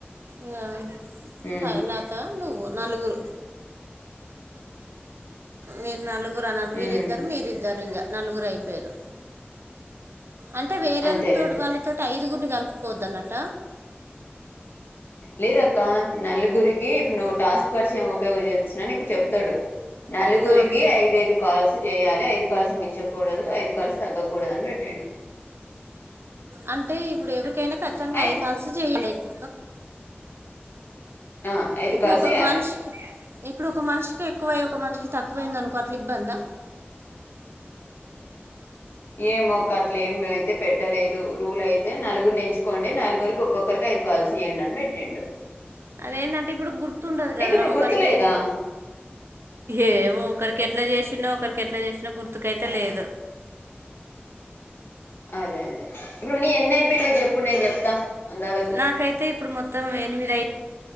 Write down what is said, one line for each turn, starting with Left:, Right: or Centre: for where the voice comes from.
Right: ఇంకా
Left: ఉమ్
Right: లత నువ్వు నలుగురు మీరు నలుగురు అన్నటు వీళ్ళిద్దరు
Left: ఉమ్
Right: మీరు ఇద్దరు ఇంకా నలుగురు అయిపోయారు అంటే వేరేంత
Left: అంతేలే
Right: త వాళ్ళతో అఐ ఇదిగురి కలుపుకోవద్దన్నట
Left: లేదక్క నలుగురికి ఇప్పుడు నువ్వు టాస్క్ పరిచామ చేచ్చిన నీకు చెప్తాడు నలుగురికి
Right: ఆహా
Left: ఐదుఐదు కాల్స్ చేయాలి ఐదు కాల్స్ మించకూడదు ఐదు కాల్స్ తగ్గకూడదు అని పెట్
Right: అంటే ఇప్పుడు ఎవరికైనా ఖచ్చితంగా
Left: అయిన
Right: ఐదు కలిసు చెయలేక్
Left: ఆ ఐదు
Right: ఇప్పుడు
Left: కాల్స్
Right: ఓకా
Left: చేయాలి
Right: మన్ష్ ఇప్పుడు ఒక మనిషికి ఎక్కువై ఒక మనిషికి తక్కువైందనుకో అట్లా ఇబ్బందా
Left: ఏమో అక్క అట్ల ఏం అయితే పెట్టలేదు రూల్ అయితే నలుగురి నుంచు కోండి నాలుగురికి ఒక్కొక్కరికి ఐదు కాల్స్ చేయండి అని పెట్టిండు
Right: అదేంటంటే ఇప్పుడు గుర్తుండదు కదరా
Left: నీకు ఇప్పుడు
Right: ఒకరికి
Left: గుర్తులేదా
Right: ఏమో ఒకరికి ఎట్లా జసి న క ట్లా చేసిన గుర్తుకైతే లేదు
Left: అదే అదే ఇప్పుడు నీ ఎన్న అయిపోయినాకు చెప్పు నేను చెప్తా అందాదకు
Right: నాకైతే ఇప్పుడు మొత్తం ఎనిమిది అయి